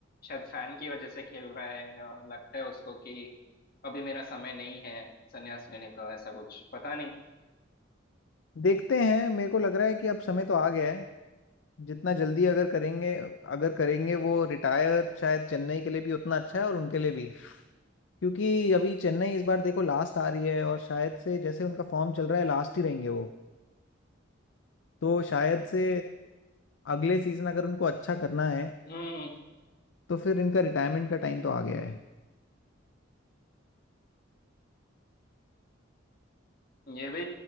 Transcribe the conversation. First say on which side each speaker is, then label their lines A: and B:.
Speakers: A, on the left; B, on the left.
A: शायद फैन की वजह से खेल रहा है या लगता है उसको कि अभी मेरा समय नहीं है संन्यास लेने का ऐसा कुछ पता नहीं
B: देखते हैं मेरे को लग रहा है कि अब समय तो आ गया है जितना जल्दी अगर करेंगे अगर करेंगे वो रिटायर शायद चेन्नई के लिए भी उतना अच्छा है और उनके लिए भी क्योंकि अभी चेन्नई इस बार देखो लास्ट आ रही है और शायद से जैसे उनका फॉर्म चल रहा है लास्ट ही रहेंगे वो तो शायद से अगले सीजन अगर उनको अच्छा करना है
A: हम्म
B: तो फिर इनका रिटायरमेंट का टाइम तो आ गया है
A: ये भी